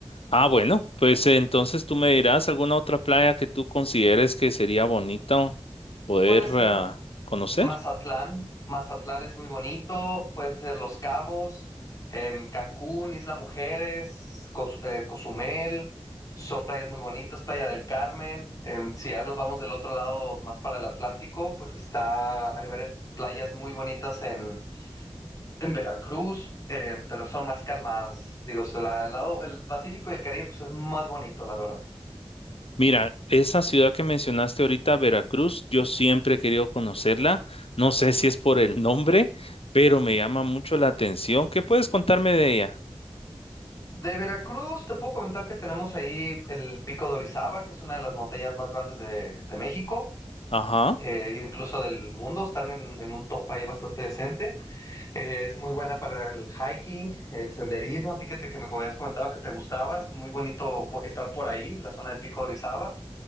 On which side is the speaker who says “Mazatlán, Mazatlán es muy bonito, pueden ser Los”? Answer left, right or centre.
Left